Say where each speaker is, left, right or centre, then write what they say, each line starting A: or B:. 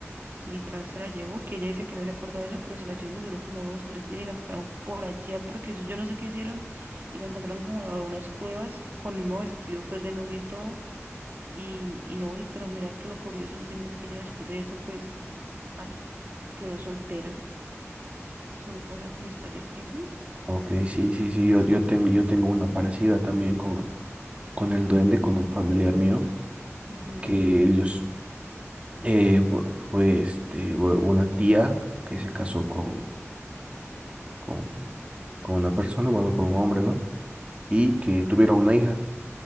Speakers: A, on the right; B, on the right.
A: Literal se la llevó, que ella dice que no se acuerda de eso, pero se la llevó y duró como dos, tres días y la encontraron por allá, porque eso yo no sé qué hicieron, y la encontraron como a unas cuevas con el mismo vestido pues de novia y todo Y, y no, y, pero mira que lo curioso dicen es que ya después de eso, pues al- quedó soltera. Son cosas como historias que... ujú,
B: Ok, sí, sí, sí,
A: pues,
B: yo, yo tengo, yo tengo una parecida también con, con el duende, con un familiar mío.
A: ujú,
B: que ellos eh, fu- fue este, u- una tía que se casó con, con, con una persona, bueno, con un hombre, ¿no? Y que tuvieron una hija